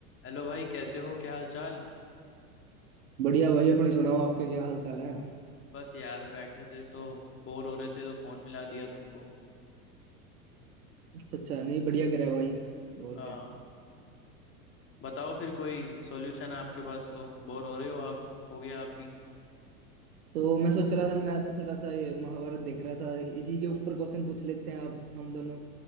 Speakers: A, on the left; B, on the right.
A: Hello भाई कैसे हो क्या हाल चाल
B: बढ़िया भाई अपनी सुनाओ आपके क्या हाल चाल है
A: बस यार बैठे थे तो बोर हो रहे थे तो फोन मिला दिया तुमको
B: अच्छा अच्छा नहीं बढ़िया करा भाई और
A: हाँ
B: क्या
A: बताओ फिर कोई सॉल्यूशन है आपके पास तो बोर हो रहे हो आप हो गए आप भी
B: तो मैं सोच रहा था मैं तो थोड़ा सा ये महाभारत देख रहा था इसी के ऊपर क्वेश्चन पूछ लेते हैं आप हम दोनों